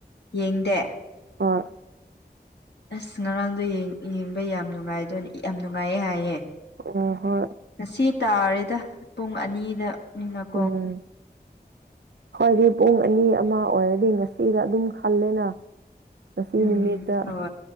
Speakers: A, on the left (about 80°); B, on the right (about 85°).
A: ꯌꯦꯡꯗꯦ
B: ꯑ
A: ꯑꯁ ꯉꯔꯥꯡꯗꯣ ꯌꯦꯡꯕ ꯌꯥꯝ ꯅꯨꯡꯉꯥꯏꯗꯣꯏꯅꯦ ꯌꯥꯝ ꯅꯨꯡꯉꯥꯏꯌꯦ ꯍꯥꯏꯌꯦ
B: ꯑꯣ ꯍꯣꯏ
A: ꯉꯁꯤ ꯇꯥꯔꯦꯗ ꯄꯨꯡ ꯑꯅꯤꯗꯅꯤꯅꯀꯣ
B: ꯎꯝ ꯍꯣꯏꯗꯤ ꯄꯨꯡ ꯑꯅꯤ ꯑꯃ ꯑꯣꯏꯔꯗꯤ ꯉꯁꯤꯗ ꯑꯗꯨꯝ ꯈꯜꯂꯦꯅ ꯉꯁꯤ
A: ꯎꯝ
B: ꯅꯨꯃꯤꯠꯇ
A: ꯍꯣꯏ